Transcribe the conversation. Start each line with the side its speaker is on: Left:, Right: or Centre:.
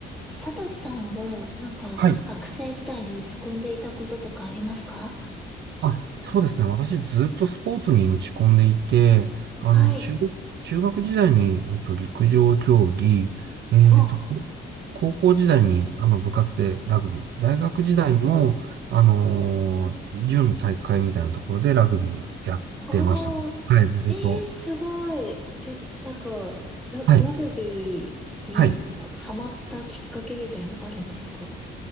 Centre: サトシさんは、なんか、
Right: はい。
Centre: 学生時代に打ち込んでいたこととかありますか
Right: あ、そうですね。私ずっとスポーツに打ち込んでいて、あの、
Centre: はい。
Right: 中、中学時代に、えっと、陸上競技、えっと、
Centre: ああ
Right: 高校時代に、あの、部活でラグビー、大学時代も、あのー準体育会みたいなところでラグビーやってましたね。
Centre: ああ、
Right: はい、ずっと。
Centre: えー、すごい。え、なんか、ラ、
Right: はい、
Centre: ラグビーになんかハマったきっかけみたいのあるんですか
Right: はい。